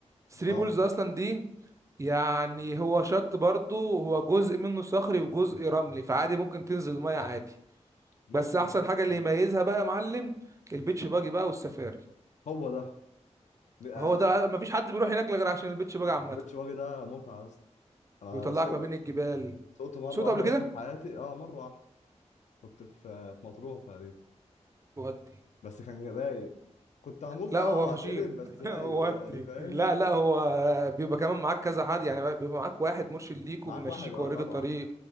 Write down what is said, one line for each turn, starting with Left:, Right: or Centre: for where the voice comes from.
Right: الثري
Left: اه
Right: بولز اصلا دي يعني هو شط برضو هو جزء منه صخري وجزء رملي فعادي ممكن تنزل الميه عادي
Left: نص
Right: بس احسن
Left: نص
Right: حاجه اللي
Left: اه
Right: يميزها بقى يا معلم البيتش باجي بقى والسفاري
Left: هو ده لا،
Right: هو ده مفيش حد بيروح هناك غير عشان البيتش باجي عامه
Left: البيتش باجي ده متعة بس انا
Right: بيطلعك
Left: سوق
Right: ما بين الجبال
Left: سوقت مرة
Right: صوته
Left: واحدة
Right: قبل كده
Left: بس في حياتي اه مرة واحدة كنت في في مطروح تقريبا
Right: ودي
Left: بس كان رايق كنت هموت
Right: لا
Left: اه
Right: هو فشيخ
Left: اتقلب بس
Right: <laughs>
Left: رايق
Right: ودي
Left: يعني فاهم
Right: لا لا هو بيبقى كمان معاك كذا حد يعني بيبقى معاك واحد مرشد ليك
Left: معاك
Right: وبيمشيك
Left: واحد اه
Right: ويوريك
Left: طبعا
Right: الطريق